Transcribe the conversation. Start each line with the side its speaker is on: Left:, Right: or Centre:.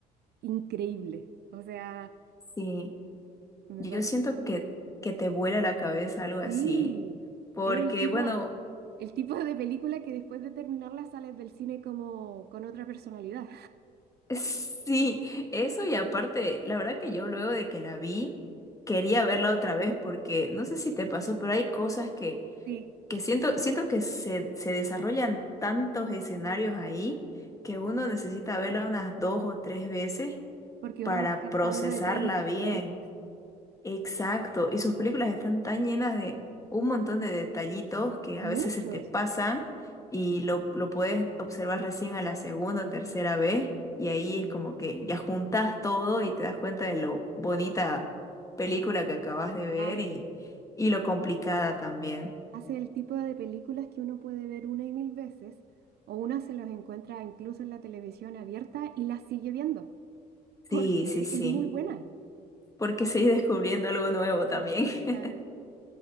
Right: increíble. O sea,
Left: Sí,
Right: me
Left: yo
Right: pareció...
Left: siento que, que te vuela la cabeza algo así,
Right: Sí,
Left: porque
Right: es el tipo,
Left: bueno,
Right: el tipo de película que después de terminarla sales del cine como con otra personalidad.
Left: <laughs> sí, eso y aparte, la verdad que yo luego de que la vi, quería verla otra vez, porque no sé si te pasó, pero hay cosas que
Right: Sí,
Left: que siento, siento que se, se desarrollan tantos escenarios ahí que uno necesita verla unas dos o tres veces
Right: porque
Left: para
Right: uno va captando
Left: procesarla
Right: detalles diferentes,
Left: bien. Exacto. Y sus películas están tan llenas de un montón de detallitos que
Right: muchos.
Left: a veces se te pasan y lo, lo puedes observar recién a la segunda o tercera vez. Y ahí
Right: Sí.
Left: es como que ya juntas todo y te das cuenta de lo bonita película que acabas de
Right: Claro.
Left: ver y, y lo complicada también.
Right: Hace el tipo de películas que uno puede ver una y mil veces, o una se los encuentra incluso en la televisión abierta y las sigue viendo,
Left: Sí,
Right: porque
Left: sí, sí,
Right: es muy buena.
Left: porque seguí descubriendo algo nuevo también. <laughs>
Right: Claro.